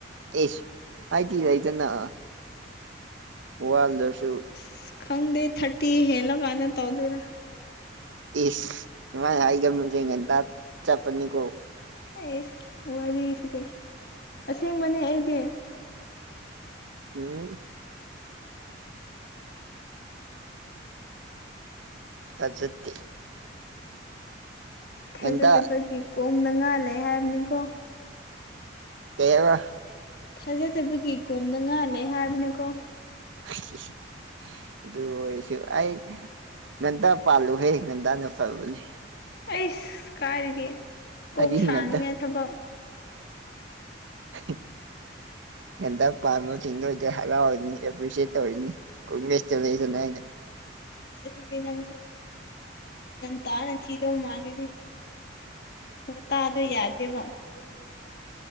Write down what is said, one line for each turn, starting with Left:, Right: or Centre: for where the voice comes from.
Right: ꯑꯦꯁ ꯍꯥꯏꯗꯤ ꯂꯩꯗꯅ ꯋꯥꯜꯗꯔꯁꯨ
Left: ꯑꯁ ꯈꯪꯗꯦ ꯊꯥꯔꯇꯤ ꯍꯦꯜꯂ ꯀꯥꯟꯗ ꯇꯧꯗꯣꯏꯔꯥ
Right: ꯏꯁ ꯁꯨꯃꯥꯏ ꯍꯥꯏꯒꯁꯦ ꯉꯟꯗ ꯆꯠꯄꯅꯤꯀꯣ
Left: ꯑꯩꯁ ꯋꯥꯔꯤꯁꯤꯗꯤ ꯑꯁꯦꯡꯕꯅꯦ ꯑꯩꯗꯤ
Right: ꯎꯝ ꯀꯖꯛꯇꯦ
Left: ꯊꯥꯖꯗꯕꯒꯤ
Right: ꯉꯟꯇꯥ
Left: ꯀꯣꯝꯗ ꯉꯥ ꯂꯩ ꯍꯥꯏꯕꯅꯤꯀꯣ
Right: ꯀꯩ ꯍꯥꯏꯕ
Left: ꯊꯥꯖꯗꯕꯒꯤ ꯀꯣꯝꯗ ꯉꯥꯜꯂꯦ ꯍꯥꯏꯕꯅꯤꯀꯣ
Right: ꯁꯤꯁꯤꯁꯤ ꯑꯗꯨ ꯑꯣꯏꯁꯨ ꯑꯩ ꯉꯟꯇꯥ ꯄꯥꯜꯂꯨꯍꯦ ꯉꯟꯗꯥꯅ ꯐꯕꯅꯦ
Left: ꯑꯩ ꯀꯥꯏꯗꯒꯤ ꯀꯣꯛ
Right: ꯍꯥꯏꯗꯤ
Left: ꯁꯥꯅꯤꯡꯉꯥꯏ
Right: ꯉꯟꯇꯥ
Left: ꯊꯕꯛ
Right: ꯍꯤ ꯉꯟꯗꯛ ꯄꯥꯝꯕꯁꯤꯡꯗꯣ ꯑꯣꯏꯗ ꯍꯔꯥꯎꯔꯅꯤ ꯑꯦꯄ꯭ꯔꯤꯁꯌꯦꯠ ꯇꯧꯔꯅꯤ ꯀꯣꯡꯒꯦꯁꯇ ꯂꯩꯗꯅ ꯑꯩꯅ
Left: ꯑꯗꯨꯗꯤ ꯅꯁꯨ ꯉꯟꯇꯥ ꯅ ꯊꯤꯗꯧ ꯃꯥꯜꯂꯤꯅꯦ ꯑꯣ ꯇꯥꯗ ꯌꯥꯗꯦꯕ